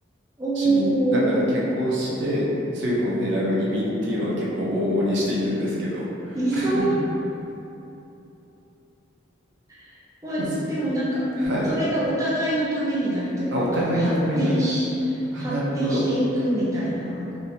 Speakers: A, on the right; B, on the right.
A: おー、
B: 市民だから結婚して、そういうのを狙う移民っていうのは結構往々にしているんですけど。
A: いそう。
B: <laughs>
A: <laughs> まあ、
B: まあす
A: でもなんか、
B: はい。
A: それがお互いのためになるというか、
B: あ、お互いのためになる。
A: 発展し、
B: あ、
A: 発展していくみたいな、
B: なるほど。